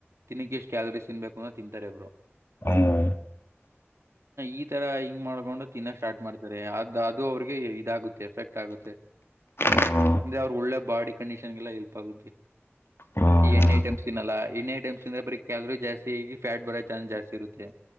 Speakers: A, on the right; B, on the left.
A: ತಿನಿಕ್ ಎಷ್ಟ್ ಕ್ಯಾಲರಿಸ್ ತಿನ್ಬೇಕು ಅ ತಿಂತಾರೆ ಬ್ರೋ.
B: <inaudible>
A: ಈ ತರ ಹಿಂಗ್ ಮಾಡ್ಕೊಂಡು ತಿನ್ನೋ ಸ್ಟಾರ್ಟ್ ಮಾಡ್ತಾರೆ ಅದು ಅದು ಅವ್ರಿಗೆ ಇದಾಗುತ್ತೆ ಎಫೆಕ್ಟ್ ಆಗುತ್ತೇ.
B: ಹ್ಮ್
A: ಅಂದ್ರೆ ಅವ್ರರು ಒಳ್ಳೆ ಬಾಡಿ ಕಂಡೀಷನ್ಗೆಲ್ಲ ಹೆಲ್ಪ್ ಆಗುತ್ತೇ.
B: ಹ್ಮ್
A: ಈ ಎಣ್ಣೆ
B: ಹ್ಮ್
A: ಐಟೆಮ್ಸ್ ತಿನ್ನಲ್ಲ ಎಣ್ಣೆ ಐಟಮ್ಸ್ ತಿಂದ್ರೆ ಬರೀ ಕ್ಯಾಲೋರೀಸ್ ಜಾಸ್ತಿ. ಫ್ಯಾಟ್ ಬರೋ ಚಾನ್ಸಸ್ ಜಾಸ್ತಿ ಇರುತ್ತೆ.